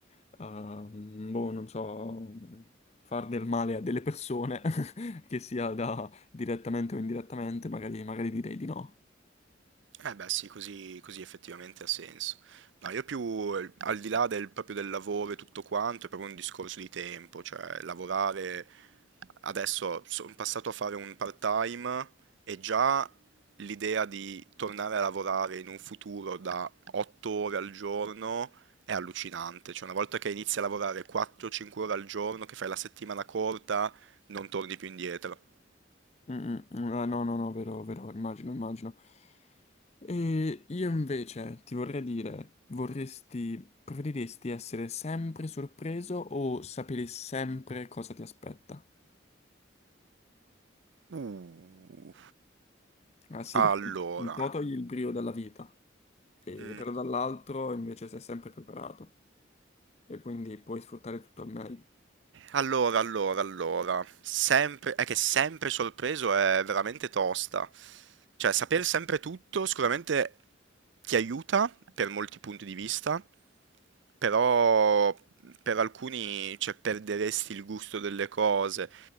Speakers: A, on the left; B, on the right.
A: eh, boh, non so, far del male a delle persone, <laughs> che sia da direttamente o indirettamente, magari, magari direi di no.
B: Eh beh sì, così, così effettivamente ha senso. No, io più eh, al di là del, proprio del lavoro e tutto quanto, è proprio un discorso di tempo, cioè lavorare adesso sono passato a fare un part-time e già l'idea di tornare a lavorare in un futuro da 8 ore al giorno è allucinante, cioè una volta che inizi a lavorare 4-5 ore al giorno, che fai la settimana corta, non torni più indietro.
A: Mm, mm, ah, no, no, no, vero, vero, immagino, immagino. E io invece ti vorrei dire, vorresti, preferiresti essere sempre sorpreso o sapere sempre cosa ti aspetta?
B: Uh,
A: Ah sì,
B: allora.
A: perché un po' togli il brio dalla vita, e
B: mm,
A: però dall'altro invece sei sempre preparato e quindi puoi sfruttare tutto al meglio.
B: Allora, allora, allora, sempre, è che sempre sorpreso è veramente tosta. Cioè, saper sempre tutto sicuramente ti aiuta per molti punti di vista, però per alcuni cioè, perderesti il gusto delle cose.